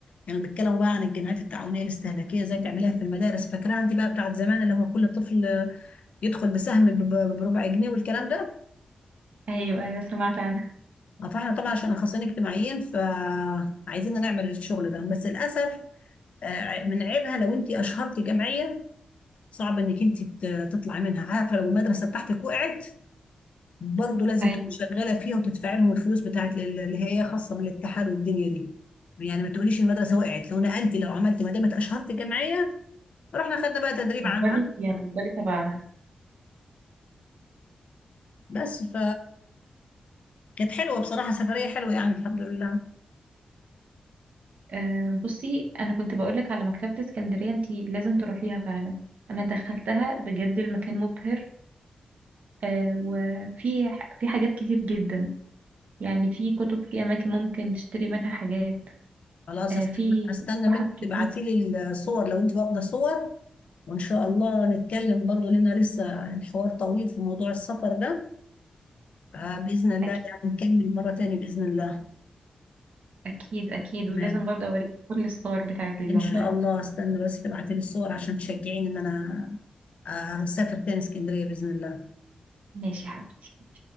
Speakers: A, on the left; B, on the right.
A: يعني بيتكلموا بقى عن الجمعيات التعاونية الاستهلاكية زي تعمليها في المدارس فاكراها انت بقى بتاعت زمان اللي هو كل طفل يدخل بسهم ب- ب- بربع جنيه والكلام ده
B: ايوه ايوه سمعت عنها
A: اه، فاحنا طبعا عشان اخصائيين اجتماعيين فعايزين نعمل الشغل ده بس للاسف اه، من عيبها لو انت اشهرتي جمعية صعب انك انت تطلعي منها عارفة لو المدرسة بتاعتك وقعت برضه لازم
B: ايوه
A: تكون شغاله فيها وتدفع لهم الفلوس بتاعت ال- اللي هي خاصه من الاتحاد والدنيا دي يعني ما تقوليش المدرسه وقعت لو نقلتي لو عملتي ما دام اشهرتي جمعيه رحنا خدنا بقى تدريب
B: هتفضلي
A: عنها
B: فيها هتفضلي تبعها
A: بس ف كانت حلوه بصراحه سفريه حلوه يعني الحمد لله
B: أه بصي انا كنت بقولك على مكتبه اسكندريه انتي لازم تروحيها فعلا انا دخلتها بجد المكان مبهر أه وفي ح- في حاجات كتير جدا يعني في كتب في اماكن ممكن تشتري منها حاجات
A: خلاص
B: أه
A: استنى
B: في
A: استنى
B: تحف
A: منك
B: كتير
A: تبعتي لي الصور لو انت واخده صور وان شاء الله نتكلم برضه لان لسه الحوار طويل في موضوع السفر ده فباذن الله
B: اكيد
A: يعني نكمل مره تاني باذن الله
B: أكيد أكيد
A: تمام.
B: ولازم برضه أوريك كل الصور بتاعت اليوم
A: ان شاء
B: ده
A: الله استنى بس تبعتي لي الصور عشان تشجعيني ان انا اسافر تاني اسكندريه باذن الله
B: ماشي يا حبيبي